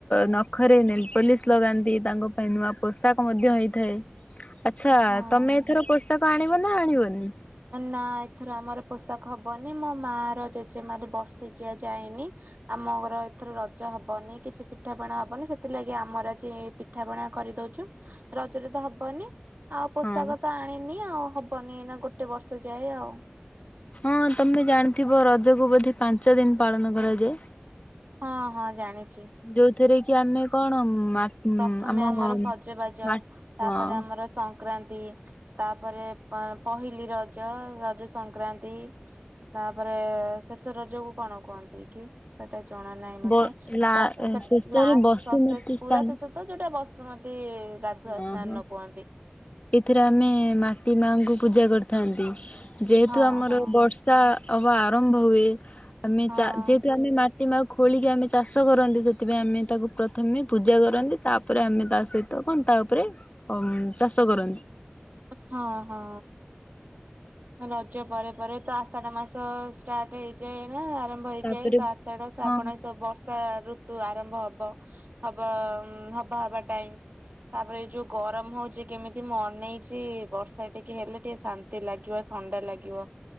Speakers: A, on the left; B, on the right.
A: ନଖରେ ନେଲ ପୋଲିସ ଲଗାନ୍ତି। ତାଙ୍କ ପାଇଁ ନୂଆ ପୋଷାକ ମଧ୍ୟ ହେଇଥାଏ। ଆଚ୍ଛା
B: ହଁ।
A: ତମେ ଏଥର ପୋଷାକ ଆଣିବ ନା ଆଣିବନି?
B: ନା ଏଥିରୁ ଆମର ପୋଷାକ ହବନି। ମୋ ମା ର ଜେଜେମାର ବର୍ଷିକିଆ ଯାଇନି। ଆମର ଏଥର ରଜ ହବନି କିଛି ପିଠାପଣା ହବନି ସେଥିଲାଗି ଆମର ପିଠା ପଣା କରିଦଉଚୁ। ରଜରେ ତ ହବନି। ଆଉ ପୋଷାକ
A: ହଁ
B: ତ ଆଣିନି ଆଉ ହବନି ଏ ନା ଗୋଟେ ବର୍ଷ ଯାଏ ଆଉ।
A: ହଁ ତମେ ଜାଣିଥିବ ରଜକୁ ବୋଧେ ପାଞ୍ଚ ଦିନ ପାଳନ କରାଯାଏ?
B: ହଁ, ହଁ ଜାଣିଚି।
A: ଯୋଉଥିରେ କି ଆମେ କଣ ମା
B: ପ୍ରଥମେ
A: ଆମ
B: ଆମର ସଜବାଜ।
A: ମା
B: ତାପରେ
A: ହଁ
B: ଆମର ସ ସଂକ୍ରାନ୍ତି। ତାପରେ ପହିଲି ରଜ। ରଜ ସଂକ୍ରାନ୍ତି ତାପରେ ଶେଷ ରଜକୁ କଣ କୁହନ୍ତି କି? ସେଟା ଜଣା ନାହିଁ ମତେ।
A: ବ ଲା
B: ତା ସେ
A: ଶେଷରେ
B: ଲାଷ୍ଟ
A: ବସୁମତୀ
B: ସସେ
A: ସ୍ଥାନ
B: ପୁରା ସ ତ ଯୋଉଟା ବସୁମତୀ।
A: ଓହୋ
B: ସ୍ନାନ କୁହନ୍ତି।
A: ଏଥିରେ ଆମେ ମାଟି ମାଙ୍କୁ ପୂଜା କରିଥାନ୍ତି। ଯେହେତୁ
B: ହଁ
A: ଆମର
B: ହଁ
A: ବର୍ଷା ହବା ଆରମ୍ଭ ହୁଏ ଆମେ
B: ହଁ
A: ଚା ଯେହେତୁ ଆମେ ମା ପ୍ରତିମା ଖୋଳିକି ଆମେ ଚାଷ କରନ୍ତି। ସେଥିପାଇଁ ଆମେ ତାକୁ ପ୍ରଥମେ ପୂଜା କରନ୍ତି। ତାପରେ ଆମେ ତା ସହି ତ କଣ୍ ତା ଉପରେ ଅ ଚାଷ କରନ୍ତି।
B: ହଁ ହଁ। ରଜ ପରେ ପରେ ତ ଆଷାଢ ମାସ ଷ୍ଟାର୍ଟ ହେଇଯାଏ ନା ଆରାମ୍ ହୋଇଯାଏ
A: ତାପରେ
B: ତ ଆଷାଢ ଶ୍ରାବଣ
A: ହଁ
B: ଏ ସବୁ ବର୍ ଚା ଋତୁ ଆରମ୍ଭ ହବ ହବ ହବା ହବା ଟାଇମ୍। ତାପରେ ଏ ଯୋଉ ଗରମ ହୋଉଛି କେମିତି ମୁଁ ଅନେଇଛି ବର୍ଷା ଟିକେ ହେଲେ ଟିକେ ଶାନ୍ତି ଲାଗିବ। ଥଣ୍ଡା ଲାଗିବ